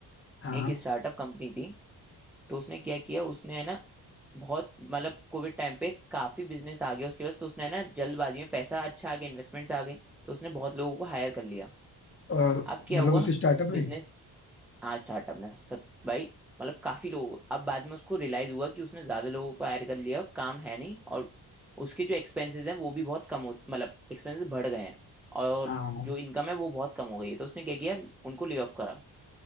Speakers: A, on the left; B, in the centre.
A: हाँ
B: एक स्टार्टअप कंपनी थी तो उसने क्या किया उसने है ना बहुत मतलब कोविड टाइम पे काफी बिजनेस आ गया उसके पास तो उसने है ना जल्दबाजी में पैसा अच्छा आ गया इन्वेस्टमेंट्स आ गई तो उसने बहुत लोगों को हायर कर लिया
A: और
B: अब क्या
A: मतलब
B: हुआ
A: उस स्टार्टअप में
B: बिजनेस हाँ स्टार्टअप ने सत भाई मतलब काफी लोग अब बाद में उसको रियलाइज हुआ कि उसने ज्यादा लोगों को हायर कर लिया और काम है नहीं और उसके जो एक्सपेंसेस हैं वो भी बहुत कम हो मतलब एक्सपेंसेस बढ़ गए हैं और
A: हाँ हाँ।
B: जो इनकम है वो बहुत कम हो गई है तो उसने क्या किया उनको ले ऑफ करा